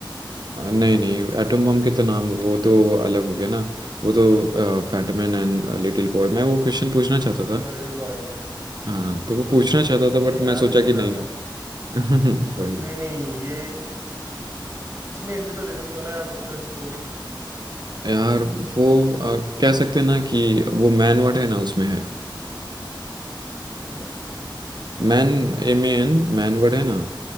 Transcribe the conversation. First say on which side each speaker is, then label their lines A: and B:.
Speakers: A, on the right; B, on the right.
A: आ, नहीं नहीं एटम बम के तो नाम वो तो अलग हो गया ना वो तो फैटमैन एंड लिटिल बॉय मैं वो क्वेश्चन पूछना चाहता था
B: हाँ लिटिल बॉय एग्जैक्टली
A: हाँ तो वो पूछना चाहता था
B: अरे
A: बट
B: यार
A: मैं सोचा
B: अच्छा
A: कि
B: ही नाम
A: नहीं नहीं
B: था
A: <laughs> वही
B: नहीं नहीं ये इसमें हिंट तो दे सकते हो ना यार कुछ तो हिंट होगी
A: यार वो आ, कह सकते हैं ना कि वो मैन वर्ड है ना उसमें है
B: क्या है
A: Man M A N man word है ना